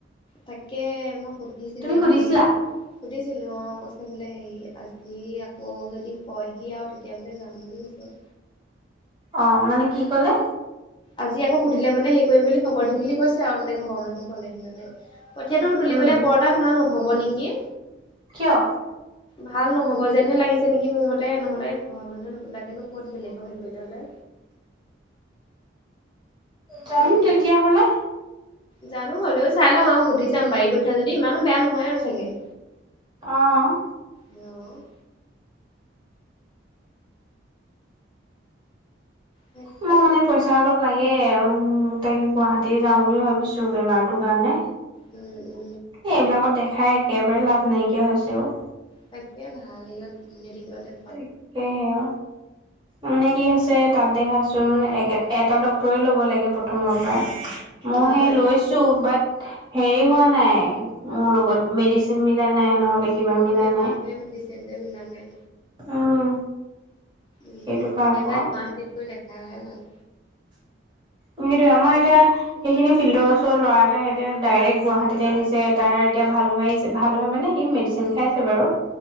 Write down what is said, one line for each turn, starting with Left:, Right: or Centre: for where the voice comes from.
Left: তাকে মই সুধিছিলো
Right: তুমি সুধিছিলা
Left: হেৰি সুধিছিলোঁ অঁ কৈছে বোলে হেৰি আজি আকৌ যদি কয়হি আৰু তেতিয়া বোলে যাম বুলি কৈছে।
Right: অ', মানে কি ক'লে?
Left: আজি আকৌ সুধিলে মানে হেৰি কৰিম বুলি খবৰ দিম বুলি কৈছে আৰু মানে ঘৰৰ মানুহ ক'লেহি মানে। কঠীয়াটো তুলিবলৈ
Right: উম
Left: বৰ এটা ভাল নহব নেকি?
Right: কিয়?
Left: ভাল নহ'ব যেনহে লাগিছে নেকি মোৰ মতে নহলে ঘৰৰ মানুহে নুবিলাকেনো ক'ত বেলেগকে হেৰিলে হ'লে
Right: যাম
Left: উম।
Right: তেতিয়া হ'লে।
Left: জানো হ'লেও চাই লওঁ আৰু সুধি চাম বাৰী কঠীয়া যদি ইমানো বেয়া নহয় আৰু চাগে।
Right: অ'।
Left: অ'। তাকে।
Right: মই মানে পইচা অলপ লাগে উ তাকে গুৱাহাটী যাওঁ বুলি ভাবিছো বেমাৰটো কাৰণে
Left: উম উম।
Right: এ এইবিলাকত দেখাই একেবাৰে লাভ নাইকিয়া হৈছেও।
Left: তাকে ভাল হেয়ত মেডিকেলত দে
Right: তাকেহে মানে কি হৈছে তাত দেখাইছো মানে এটা ডক্তৰে ল'ব লাগে প্ৰথমৰ পৰা। মই
Left: উম,
Right: সেই লৈছো বাট হেৰি হোৱা নাই মোৰ লগত মেডিচিন মিলা নাই নহ'লে। কিবা মিলা
Left: বেমাৰ
Right: নাই।
Left: মেডিচিনট মিলা নাই।
Right: উম।
Left: উম,
Right: সেইটো পৰা
Left: একেবাৰে
Right: আকৌ
Left: গুৱাহাটীত গৈ দেখাই অহায়ে ভাল।
Right: সেইটোৱে আমাৰ এতিয়া সেইখিনি ফিল্ডৰ ওচৰ ল'ৰা এটা এতিয়া ডাইৰেক্ট গুৱাহাটীতে নিছে তাৰ এতিয়া ভাল হৈ আহিছে ভাল হয় মানে সি মে খাইছে বাৰু।